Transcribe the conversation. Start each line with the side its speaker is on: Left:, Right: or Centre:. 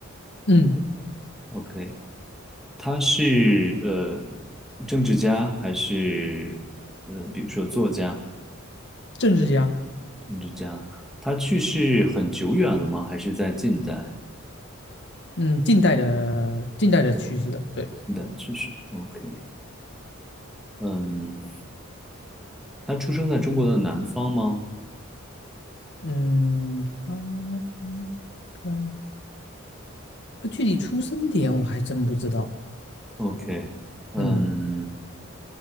Left: 嗯，
Centre: ？OK，他是呃政治家还是呃比如说作家、
Left: 政治家，
Centre: 政治家？他去世很久远了吗？还是在近代？
Left: 嗯，近代的近代的去世的，对，
Centre: 近代去世，OK。嗯，他出生在中国的南方吗
Left: 嗯，他应该，他具体出生点我还真不知道。
Centre: ？OK。嗯，
Left: 嗯，